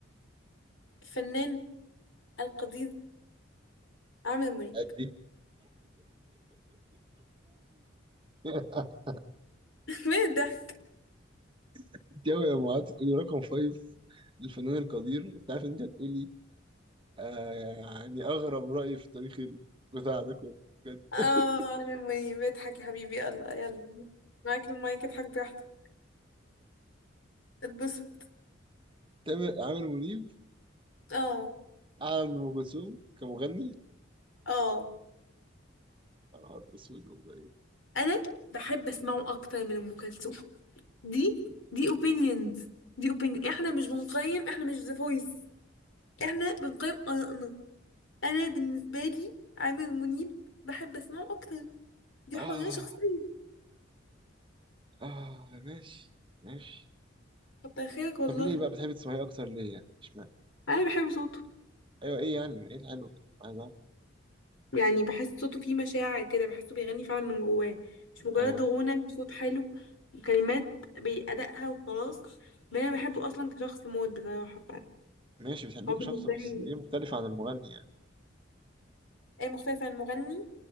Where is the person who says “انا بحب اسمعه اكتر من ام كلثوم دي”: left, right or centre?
Left